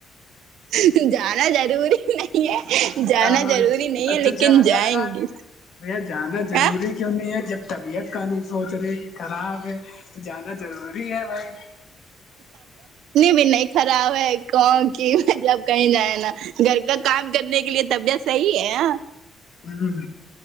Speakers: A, on the right; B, on the left.
A: گے جانا ضروری نہیں ہے جانا
B: اور
A: ضروری نہیں ہے
B: تو
A: لیکن
B: جیادہ
A: جائیں
B: ک
A: گے
B: نہیں بھیا جانا ضروری
A: ہاں
B: کیوں نہیں ہے جب طبیعت کا نہیں سوچ رہی کہ خراب ہے تو جانا ضروری ہے بھائی
A: ونائک خراب ہے کون کی مطلب کہیں جائے نا گھر کا کام کرنے کے لیے طبیعت صحیح ہے
B: ہوں